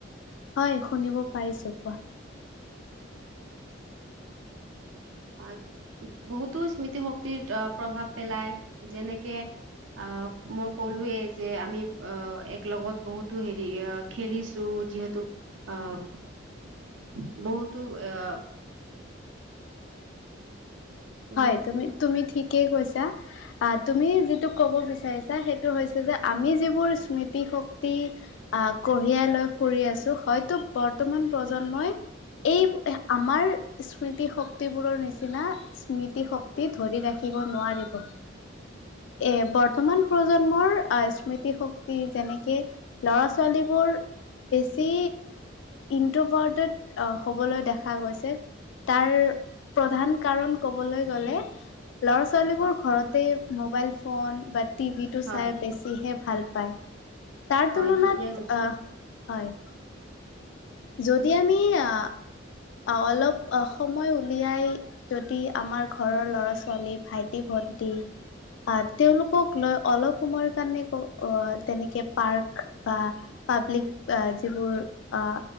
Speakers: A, on the left (about 70°); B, on the right (about 80°).
A: হয় শুনিব পাৰিছোঁ কোৱা?
B: আহ বহুতো স্মৃতিশক্তিৰ অ প্ৰভাৱ পেলাই, যেনেকে আহ মই কলোৱে যে আমি, আহ এক লগত বহুতো হেৰি আহ খেলিছো যিহেতু আহ বহুতো আ। কেনেকে
A: হয়, তুমি
B: ক
A: তুমি ঠিকেই কৈছা। আহ, তুমি যিটো ক'ব বিচাৰিছা সেইটো হৈছে যে আমি যিবোৰ স্মৃতি শক্তি আহ কঢ়িয়াই লৈ ফুৰি আছো হয়তো বৰ্তমান প্ৰ। জন্মই এই আমাৰ। স্মৃতি শক্তিবোৰৰ নিচিনা। স্মৃতি শক্তি ধৰি ৰাখিব নোৱাৰিব। এ বৰ্তমান প্ৰজন্মৰ আহ স্মৃতিশক্তি যেনে। কে ল'ৰা ছোৱালীবোৰ। বেছি ইনটভাৰটেড হ'বলৈ দেখা গৈছে, তাৰ প্ৰধান কাৰণ। কবলৈ গলে ল'ৰা ছোৱালীবোৰ ঘৰতে মোবাইল ফোন বা। টিভিটো
B: হয়
A: চাই বেছিহে ভাল। পায়। তাৰ
B: হয়
A: তুলনাত
B: ঠিকে কৈছা
A: আহ। হয়। যদি আমি আহ। অলপ সময় উলিয়াই যদি আমাৰ ঘৰৰ লৰা ছোৱালী ভাইটি ভন্টি আহ তেওঁলোকক লৈ অলপ সময়ৰ কাৰণে ক তেনেকে পাৰ্ক বা পাব্লিক যিবোৰ আহ